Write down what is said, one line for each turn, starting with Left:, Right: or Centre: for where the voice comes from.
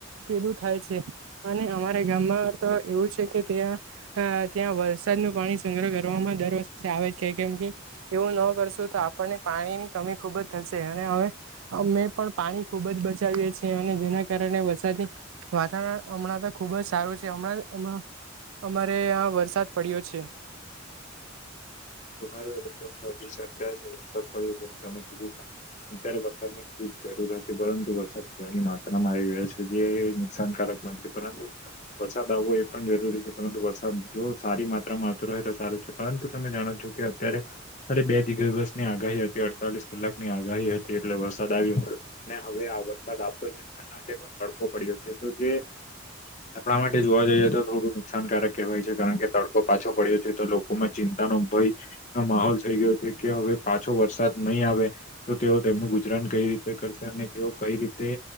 Right: પેલું થાય છે, અને અમારે ગામમાં એવું છે કે ત્યાં અ ત્યાં વરસાદનું પાણી સંગ્રહ કરવામાં દર વર્ષે આવે જ છે, કે કેમ કે એવું ન કરશું તો આપણને પાણીની કમી ખુબ જ થશે અને હવે અમે પણ પાણી ખુબ જ બચાવીએ છે અને જેના કારણે વરસાદની વાતાવરણ હમણાં તો ખુબ જ સારું છે, હમણાંં હમણા અમારે અંયા આ વરસાદ પડ્યો છે.
Left: <inaudible> <unintelligible> એકદમ સાચૂ છે અત્યારે તો વરસાદ પડ્યો છે, તમે કીધું અત્યારે વરસાદને ખુબ જરૂર હતી પરંતુ વરસાદ ઘણી માત્રામાં આવી ગયો છે, જે નુકસાનકારક બનશે પરંતુ વરસાદ આવવો એ પણ જરૂરી છે, પરંતુ વરસાદ જો સારી માત્રામાં આવતો રહે તો સારો છે, પરંતુ તમે જાણો છો કે અત્યારે અરે બે દિ દિવસની આગાહી હતી અડતાલીસ કલાકની આગાહી હતી એટલે વરસાદ આવ્યો ને હવે આ વરસાદ આવતો જ આજે પણ તડકો પડ્યો છે, તો જે આપણા માટે જોવા જઈએ તો થોડું નુકસાનકારક કહેવાય છે, કારણ કે તડકો પાછો પડ્યો છે, તો લોકોમાં ચિંતા અનો ભઈ નો માહોલ થઈ ગયો છે કે હવે પાછો વરસાદ નહી આવે તો તેઓ તેમનું ગુજરાન કઈ રીતે <unintelligible> તેઓ કઈ રીતે